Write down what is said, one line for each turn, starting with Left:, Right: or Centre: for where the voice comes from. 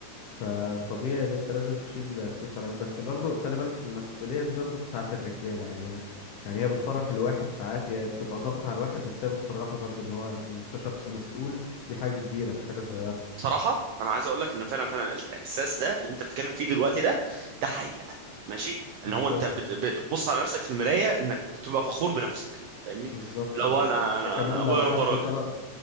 Left: فطبيعي ان انت لازم تشيل فلوس على جنب بس برضو خلي بالك المسؤولية دي برضو بتاعت الرجالة يعني انا يعني هي بتفرح الواحد ساعات هي بتبقى ضغط على الواحد بس هي بتفرحه برضو ان هو انت شخص مسؤول دي حاجة كبيرة مش حاجة صغيرة
Right: بصراحه انا عايز اقول لك انه فعلا فعلا الاحساس ده اللي انت بتتكلم فيه دلوقتي ده ده حقيقه ماشي
Left: بالظبط
Right: ان هو انت بت ب- بتبص على نفسك في المرايه انك بتبقى فخور بنفسك فاهمني
Left: بالظبط
Right: لو
Left: ان
Right: انا انا
Left: ان كمان
Right: انا ابويا
Left: لو حد
Right: ربى راجل
Left: طلع